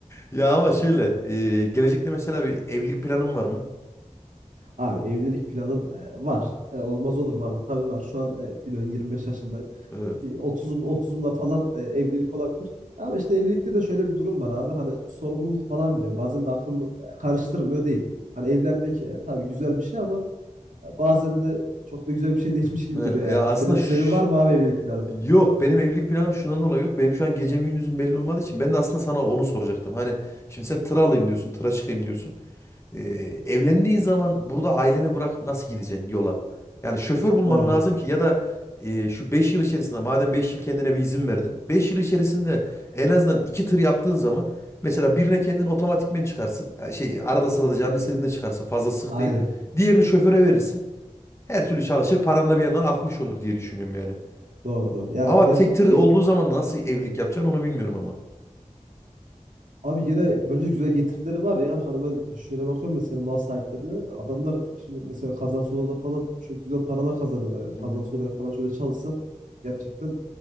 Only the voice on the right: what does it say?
Abi evlilik planım e, var. E, olmaz olur mu abi? Tabii var. Şu an e, biliyorsun 25 yaşındayım.
bir 30'um 30'umda falan e, evlilik olabilir. Ama işte evlilikte de şöyle bir durum var abi. Hani sorumluluk falan biliyor. Bazen de aklımı e, karıştırmıyor değil. Hani evlenmek e, tabii güzel bir şey ama e, bazen de çok da güzel bir şey <laughs> değilmiş gibi
duruyor yani.
Senin,
senin var mı abi evlilik planı?
Doğru.
Aynen.
Doğru doğru. Yani
gerçekten
ev...
Abi yine böyle güzel getirileri var ya. Hani ben şöyle bakıyorum mesela mal sahiplerine. Adamlar şimdi mesela Kazancı Oda'da falan çok güzel paralar kazanıyorlar yani. Kazancı
Oda'ya falan şöyle çalışsan gerçekten